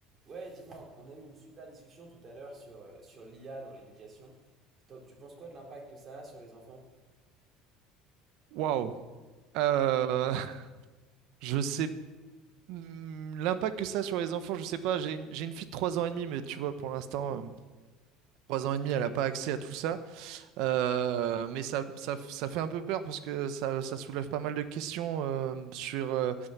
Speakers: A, on the right; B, on the right.
A: Ouais, dis-moi, on a eu une super discussion tout à l'heure sur, euh, sur l'IA dans l'éducation. Stop, tu penses quoi de l'impact que ça a sur les enfants?
B: Waouh. Euh, <laughs> je sais hmm, l'impact que ça a sur les enfants, je sais pas. J'ai une, j'ai une fille de 3 ans et demi, mais tu vois, pour l'instant, euh, 3 ans et demi, elle n'a pas accès à tout ça. Euh, mais ça, ça, ça fait un peu peur parce que ça, ça soulève pas mal de questions euh, sur euh,